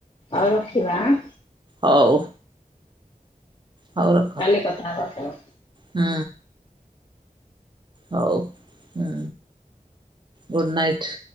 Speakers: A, on the left; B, on the right.
A: ଆଉ ରଖିବା ଆଁ।
B: ହଉ। ହଉ ରଖ
A: କାଲି କଥା ହେବାତ?
B: ହୁଁ। ହଉ ହୁଁ ଗୁଡ଼୍ ନାଇଟ୍।